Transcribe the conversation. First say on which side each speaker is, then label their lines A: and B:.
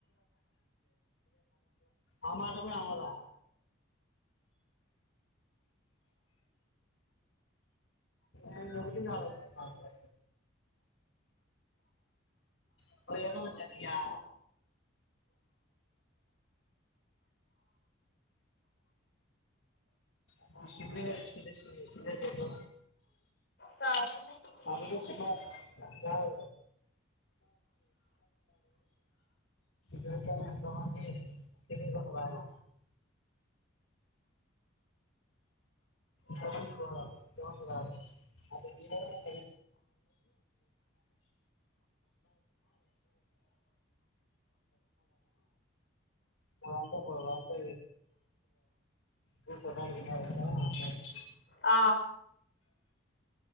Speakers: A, on the left; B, on the left.
A: ఆ మాట గూడా అనలా నిన్నొకటే ఆలోచన సార్ తో ఇప్పుడేదన్న జరిగినా నువ్వు సిన్నగా తీసుకుంటే సీరియ సీరియస్ ఐతే
B: సరేలే
A: ఆ పొద్దు
B: ఏం
A: సిన్నగా
B: లేదు
A: <inaudible> దొరికాం ఎంతమంది తెలియకుంటదా అనే స్రవంతి గూడ ఎంతోమంది గాదు అది <unintelligible> <inaudible> ఇగ వానితో పో వానితో చెయ్ <inaudible> <inaudible>
B: ఆ